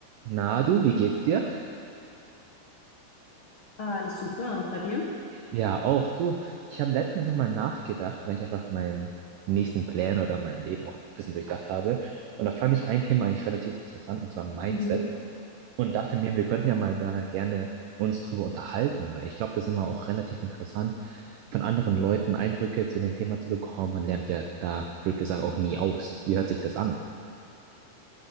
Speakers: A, on the right; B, on the left.
A: Na du, wie geht's dir?
B: Ah, alles super. Und bei dir?
A: Ja, auch du. Ich habe letztens nochmal nachgedacht, weil ich einfach meinen nächsten Plan oder mein Leben auch ein bisschen durchdacht habe. Und da fand ich ein Thema eigentlich relativ interessant, und zwar Mindset.
B: Mhm.
A: Und dachte mir, wir könnten ja mal da gerne uns drüber unterhalten, weil ich glaube, das ist immer auch relativ interessant, von anderen Leuten Eindrücke zu dem Thema zu bekommen. Man lernt ja da, blöd gesagt, auch nie aus. Wie hört sich das an?